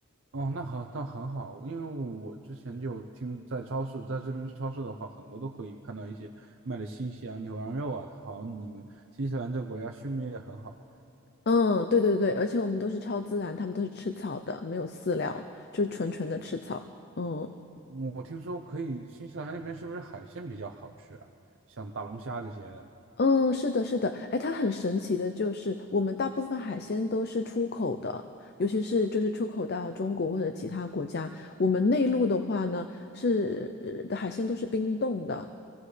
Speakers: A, on the right (about 60°); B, on the left (about 45°).
A: 哦，那很那很好，因为我之前就听在超市，在这边超市的话，很多都可以看到一些卖的新西兰牛羊肉啊，好像你们新西兰这个国家畜牧业也很好。
B: 嗯，对对对，而且我们都是超自然，他们都是吃草的，没有饲料，就是纯纯的吃草。嗯，
A: 我我听说可以，新西兰那边是不是海鲜比较好吃啊？像大龙虾这些的，
B: 嗯，是的，是的，哎，它很神奇的，就是我们大部分海鲜都是出口的，尤其是就是出口到中国或者其他国家。我们内陆的话呢，是呃的海鲜都是冰冻的，